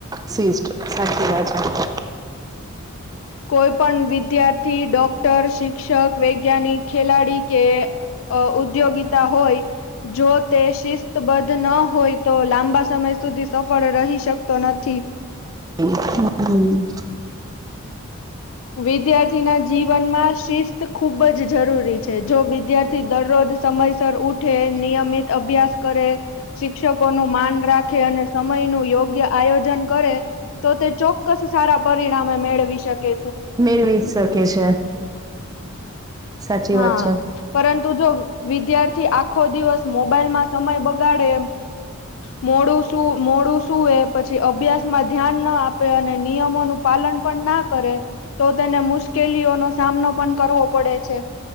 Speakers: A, on the right; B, on the left.
A: શીસ્ટ સાચી વાત છે.
B: કોઈ પણ વિદ્યાર્થી ડોક્ટર શિક્ષક વૈજ્ઞાનિક ખેલાડી કે અ ઉદ્યોગિતા હોય જો તે શિસ્તબદ્ધ ન હોય તો લાંબા સમય સુધી સફળ રહી શકતો નથી.
A: હમ.
B: વિદ્યાર્થીના જીવનમાં શિસ્ત ખુબ જ જરૂરી છે. જો વિ વિદ્યાર્થી દરરોજ સમયસર ઉઠે નિયમિત અભ્યાસ કરે શિક્ષકોનું માન રાખે અને સમયનું યોગ્ય આયોજન કરે તો તે ચોક્કસ સારા પરિણામે મેળવી શકે છે.
A: મેળવી શકે છે. સાચી
B: હા
A: વાત છે
B: પરંતુ જો વિદ્યાર્થી આખો દિવસ મોબાઈલમાં સમય બગાડે મોડું શું મોડું શું એ પછી અભ્યાસ માં ધ્યાન ન આપે અને નિયમોનું- પાલન પણ ના કરે. તો તેને મુશ્કેલીઓનો સામનો પણ કરવો પડે છે.